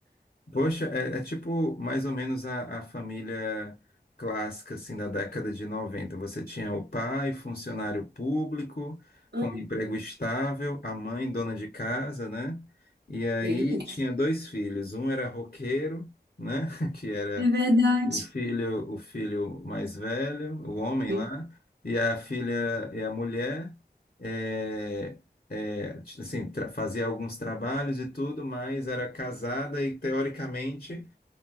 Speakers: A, on the left; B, on the right.
A: Poxa, é, é tipo mais ou menos a, a família clássica assim da década de noventa Você tinha o pai, funcionário público, com
B: Uhum.
A: emprego estável, a mãe, dona de casa, né? E aí
B: Bem isso.
A: tinha dois filhos. Um era roqueiro, né? <laughs> Que era
B: É verdade.
A: o filho, o filho mais velho, o homem
B: E
A: lá, e a filha e a mulher é, é, t- assim, tra- fazia alguns trabalhos e tudo, mas era casada e teoricamente